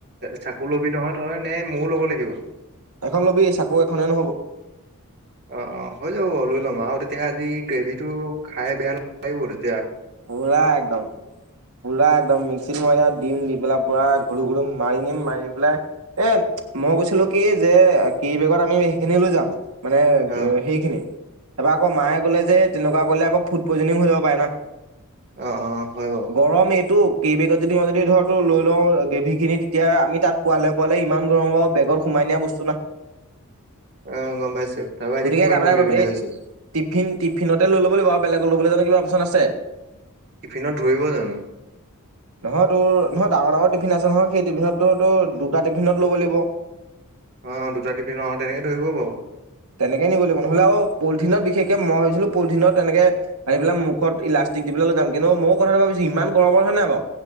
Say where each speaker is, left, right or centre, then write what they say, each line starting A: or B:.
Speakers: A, on the right; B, on the right.
A: চাকু লবি নহয় তই নে ময়ও ল'ব লাগিব।
B: এখন লবি চাকো এখনে নহ'ব।
A: অ অ হৈ যাব বাৰু লৈ ল'ম আৰু তেতিয়া আজি গ্ৰেভি টো খাই বেয়া নালাগিব দে
B: পোৰা একদম পোৰা একদম মিক্সিৰ মইনাত দিম দিম বেলাৰ পৰা ঘূৰু ঘূৰু মাৰি নিম মাৰি নি পেলাই এ মই কৈছিলো কি যে কেৰি বেগত আমি সেইখিনি লৈ যাম। মানে
A: অ
B: সেইখিনি তাৰপৰা আকৌ মায়ে কলে যে সেই তেনেকোৱা কলে আকৌ ফুড পইজনিং হৈ যাব পাৰে না।
A: অ হয় বাৰু
B: গৰম এইটোক কেই বেগত যদি যদি ধৰ তো লৈ লও গ্ৰেভি খিনি তেতিয়া আমি তাত পোৱালে পোৱালে ইমান গৰম হ'ব বেগত সোমাই পনিয়া বস্তু না
A: <inaudible> গম পাইছো তাৰপৰা এতিয়া
B: গতিকে
A: কিহত
B: কাম
A: লবি
B: এটা কৰিম
A: বুলি
B: এই
A: ভাবিছ
B: টিফিন টিফিনতে লৈ ল'ব লাগিব আও বেলেগত ল'বলৈ জানো কিব অপশচন আছে
A: টিফিনত ধৰিব জানো
B: নহয় তোৰ নহয় ডাঙৰ ডাঙৰ টিফিন আছে নহয় সেই টিফিনততো দুটা টিফিনত ল'ব লাগিব।
A: অ দুটা টিফিনৰ অ তেনেকে ধৰিব বাও।
B: তেনেকে নিব লাগিব নহ'লে আৰু পলিথিনত বিশেষ ষকে মই ভাবছিলো পলিথিনত এনেকে আনি পেলাই মুখত ইলাষ্টিক দি পেলাই লৈ যাম কিন্তু মোৰ কথাটো ভাবিছো ইমান গৰমৰ হয় নাই বাও